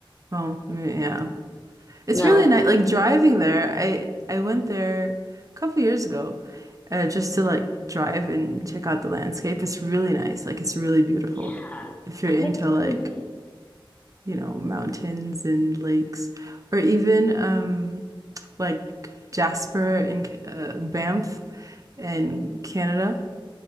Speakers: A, on the right (about 40°); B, on the left (about 15°).
A: Well, mm, yeah. It's
B: No,
A: really nice. Like driving there, I I went there a couple years ago, uh, just to like drive and check out the landscape. It's really nice. Like it's really beautiful.
B: yeah, it
A: If you're into
B: looks
A: like
B: pretty.
A: you know, mountains and lakes, or even um, like Jasper in uh, Banff in Canada.